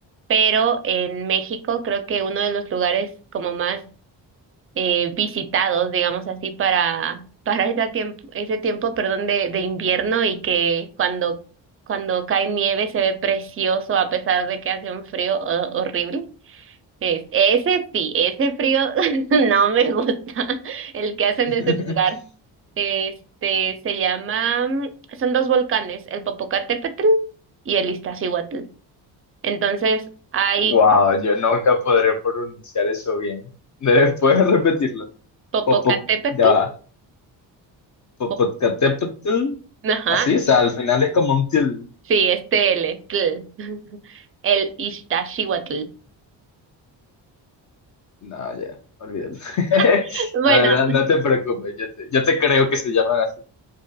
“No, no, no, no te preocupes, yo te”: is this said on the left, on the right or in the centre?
Left